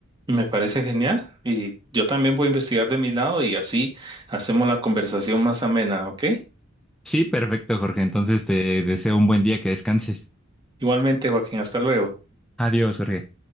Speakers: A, on the right; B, in the centre.
A: Me parece genial y yo también voy a investigar de mi lado y así hacemos la conversación más amena, ¿ok?
B: Sí, perfecto, Jorge, entonces te deseo un buen día, que descanses.
A: Igualmente, Joaquín, hasta luego.
B: Adiós, Jorge.